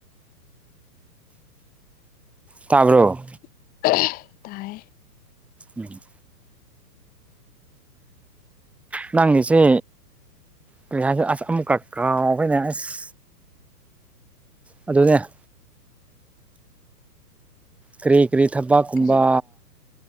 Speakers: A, in the centre; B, on the left.
A: ꯇꯥꯕ꯭ꯔꯣ
B: <inaudible> ꯇꯥꯏꯌꯦ
A: ꯎꯝ
B: ꯎ <inaudible>
A: ꯅꯪꯒꯤꯁꯤ ꯀ꯭ꯔꯤ ꯍꯥꯏꯁꯦ ꯑꯁ ꯑꯃꯨꯛꯀ ꯀꯥꯎꯈ꯭ꯔꯦꯅꯦ ꯑꯁ ꯑꯗꯨꯅꯦ ꯀ꯭ꯔꯤ ꯀ꯭ꯔꯤ ꯊꯕꯛꯀꯨꯝꯕ
B: ꯀꯔꯤ